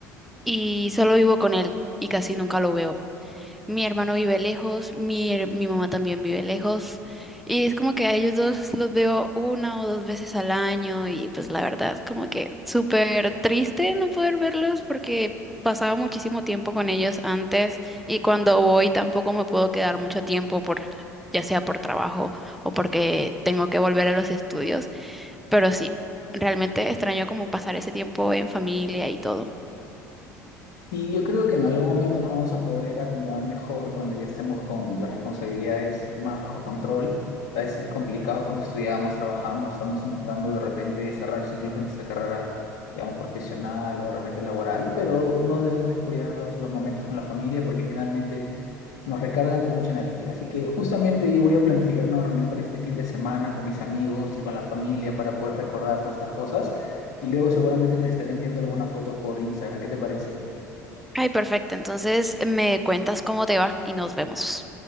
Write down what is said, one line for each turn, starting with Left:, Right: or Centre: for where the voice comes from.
Centre: y solo vivo con él y casi nunca lo veo. Mi hermano vive lejos, mi, her- mi mamá también vive lejos. Y es como que a ellos dos los veo una o dos veces al año y pues la verdad, como que súper triste no poder verlos porque pasaba muchísimo tiempo con ellos antes y cuando voy tampoco me puedo quedar mucho tiempo por, ya sea por trabajo o porque tengo que volver a los estudios. Pero sí, realmente extraño como pasar ese tiempo en familia y todo.
Left: Y yo creo que en algún momento nos vamos a poder acomodar mejor cuando ya estemos con las responsabilidades más bajo control. A veces es complicado cuando estudiamos, trabajamos, estamos intentando de repente cerrar ciclos de nuestra carrera, digamos, profesional o de repente laboral, pero no debemos descuidar los, los momentos con la familia porque finalmente nos recargan de mucha energía. Así que justamente yo voy a planificar una reunión para este fin de semana con mis amigos y con la familia para poder recordar todas estas cosas y luego seguramente te estaré enviando algunas fotos por Instagram. ¿Qué te parece?
Centre: Ay, perfecto. Entonces me cuentas cómo te va y nos vemos.